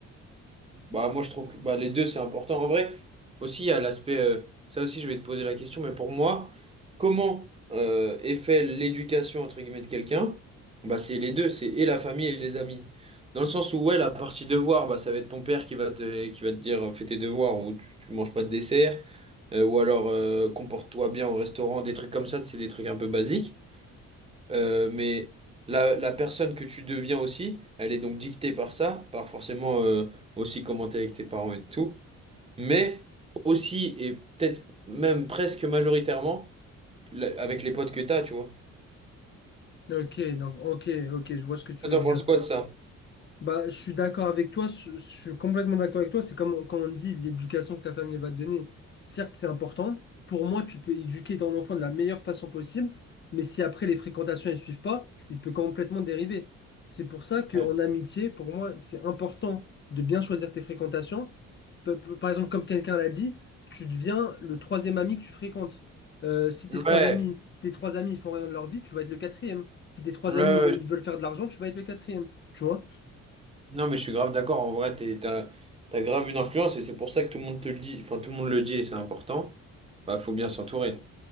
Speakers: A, on the right (about 20°); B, on the left (about 40°).
A: Bah, moi, je trouve que bah, les deux, c'est important. En vrai, aussi, il y a l'aspect. euh, ça aussi, je vais te poser la question, mais pour moi, comment euh, est fait l'éducation, entre guillemets, de quelqu'un? Bah, c'est les deux, c'est et la famille et les amis. Dans le sens où, ouais, la partie devoir, bah, ça va être ton père qui va te, qui va te dire, euh, fais tes devoirs, ou tu, tu manges pas de dessert, euh, ou alors, euh, comporte-toi bien au restaurant, des trucs comme ça, c'est des trucs un peu basiques. Euh, mais la, la personne que tu deviens aussi, elle est donc dictée par ça, par forcément euh, aussi comment t'es avec tes parents et tout, mais aussi et peut-être même presque majoritairement la- avec les potes que t'as, tu vois.
B: Ok, donc ok, ok, je vois ce que tu
A: Toi,
B: veux
A: T'en
B: dire.
A: penses quoi de ça?
B: Bah, je suis d'accord avec toi, je, je suis complètement d'accord avec toi. C'est comme quand on dit l'éducation que ta famille va te donner. Certes, c'est important. Pour moi, tu peux éduquer ton enfant de la meilleure façon possible, mais si après les fréquentations ne suivent pas, il peut complètement dériver. C'est pour ça qu'en
A: Ouais.
B: amitié, pour moi, c'est important de bien choisir tes fréquentations. Pe- pe- Par exemple, comme quelqu'un l'a dit, tu deviens le troisième ami que tu fréquentes. Euh, si tes
A: Ouais,
B: trois amis, tes trois amis ils font rien de leur vie, tu vas être le quatrième. Si tes trois
A: ouais, ouais.
B: amis ils veulent, ils veulent faire de l'argent, tu vas être le quatrième. Tu vois?
A: Non, mais je suis grave d'accord. En vrai, t'es, t'as, t'as grave une influence et c'est pour ça que tout le monde te le dit. Enfin, tout le monde le dit et c'est important. Bah, faut bien s'entourer.